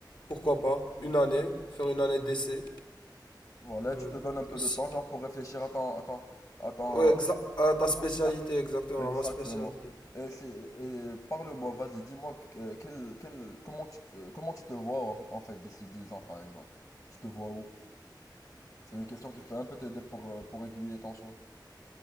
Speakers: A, on the left (about 75°); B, on the left (about 45°).
A: Pourquoi pas? Une année, faire une année d'essai.
B: voilà,
A: Euh,
B: tu te donnes un peu
A: si-
B: de temps, genre, pour réfléchir à ton, à ton- à ton-
A: ouais, exa- à ta spécialité,
B: à-
A: exactement,
B: exactement.
A: à ma spécialité.
B: Et, si- et parle-moi, vas-y, dis-moi que- euh, quel, quel- comment tu, euh, comment tu te vois en, en fait d'ici 10 ans, par exemple. Tu te vois où? C'est une question qui peut un peu t'aider pour, euh, pour aiguiller ton choix.